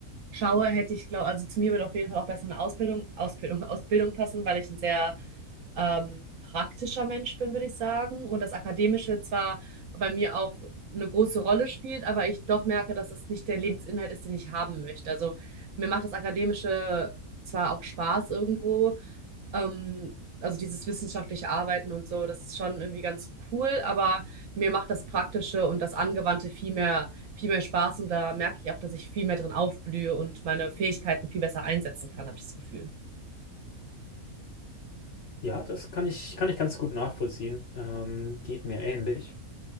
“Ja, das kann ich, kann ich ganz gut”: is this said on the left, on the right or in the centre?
Left